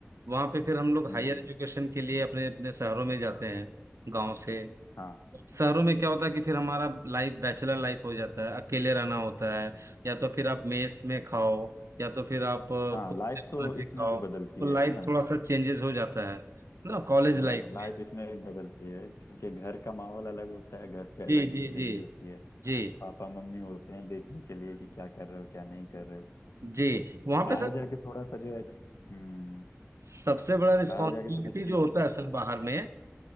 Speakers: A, on the right (about 70°); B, on the left (about 70°).
A: वहाँ पे फिर हम लोग
B: हम्म
A: हायर एजुकेशन के लिए अपने अपने शहरों में जाते हैं गाँव से
B: हाँ
A: शहरों में क्या होता है कि फिर हमारा लाइफ बैचलर लाइफ हो जाता है अकेले रहना होता है या तो फिर आप मेस में खाओ या तो फिर आप अ,
B: हाँ
A: खुद
B: लाइफ
A: से
B: ये
A: बना
B: तो
A: के
B: तो इसमें
A: खाओ
B: भी बदलती
A: तो
B: है
A: लाइफ
B: है ना
A: थोड़ा सा चेंजेस हो जाता है ना कॉलेज
B: हाँ
A: लाइफ में
B: लाइफ इसमें भी बदलती है क्योंकि घर का माहौल अलग होता है घर पे अलग
A: जी जी
B: जिंदगी
A: जी
B: होती है
A: जी
B: पापा मम्मी होते हैं देखने के लिए कि क्या कर रहे हो क्या नहीं कर रहे हो
A: जी वहाँ पे
B: बाहर
A: सर
B: जाके थोड़ा सा जो है हम्म
A: सबसे बड़ा रिस्पॉन्सिबिलिटी
B: बाहर जाके थोड़ा चेंज
A: जो होता
B: हो जाता
A: है सर
B: है
A: बाहर में